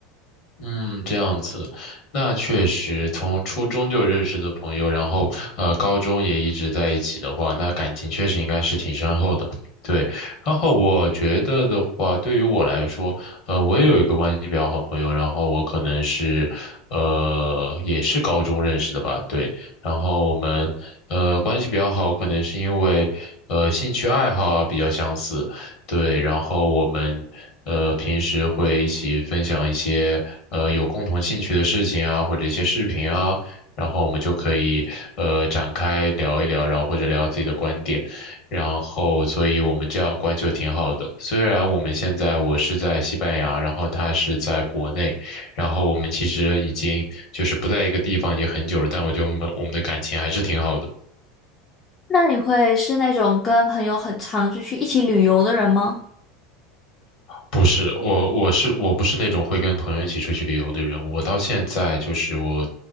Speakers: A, on the left; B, on the left.
A: 嗯，这样子，那确实从初中就认识的朋友，然后呃，高中也一直在一起的话，那感情确实应该是挺深厚的。对，然后我觉得的话，对于我来说，呃，我也有一个关系比较好朋友，然后我可能是，呃，也是高中认识的吧，对，然后我们呃关系比较好，可能是因为呃兴趣爱好啊比较相似。对，然后我们呃平时会一起分享一些呃有共同兴趣的事情啊，或者一些视频啊，然后我们就可以呃展开聊一聊，然后或者聊自己的观点，然后所以我们这样关系就挺好的。虽然我们现在我是在西班牙，然后他是在国内，然后我们其实已经就是不在一个地方已经很久了，但我觉得我们我们的感情还是挺好的。
B: 那你会是那种跟朋友很常就去一起旅游的人吗？
A: 不是我，我是我不是那种会跟朋友一起出去旅游的人。我到现在就是我，